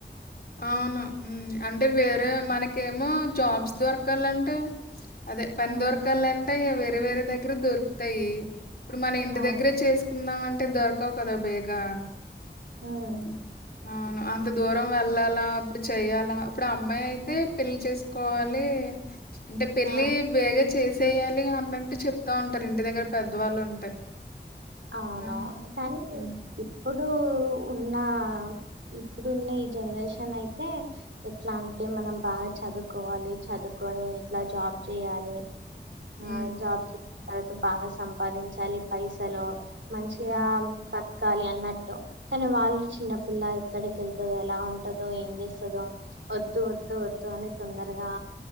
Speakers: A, on the left; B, on the right.
A: అవును మ్ అంటే వేరే మనకేమో జాబ్స్ దొరకాలంటే అదే పన్
B: హ్మ్.
A: దొరకాలంటే వేరే వేరే దగ్గర దొరుకుతాయి. ఇప్పుడు మన ఇంటి
B: అవును.
A: దగ్గరే చేస్కుందామంటే దొరకవు కదా బేగా
B: ఉమ్,
A: మ్ అవును అంత దూరం వెళ్ళాలా అప్పుడు చెయ్యాలా అప్పుడు అమ్మాయి అయితే పెళ్లి చేస్కోవాలీ అంటే పెళ్ళి
B: ఆ,
A: బేగ చేసేయాలి అన్నట్టు చెప్తా ఉంటరు ఇంటి దగ్గర పెద్దవాళ్ళుంటే
B: అవును
A: ఆ!
B: కానీ
A: హ్మ్.
B: ఇప్పుడూ ఉన్నా ఇప్పుడున్న ఈ జనరేషన్ అయితే ఎట్లా అంటే మనం బాగా చదువుకోవాలి చదువుకోని ఇట్ల జాబ్ చేయాలి.
A: హ్మ్.
B: ఆ జాబ్ చేసిన్ తర్వాత బాగా సంపాదించాలి పైసలు మంచిగా
A: హ్మ్.
B: పన్ కాలి అన్నట్టు, కనీ వాళ్ళు చిన్నపిల్ల ఎక్కడికెళ్తదో, ఎలా ఉంటదో, ఏం చేస్తుందో వద్దు వద్దు వద్దు అని తొందరగా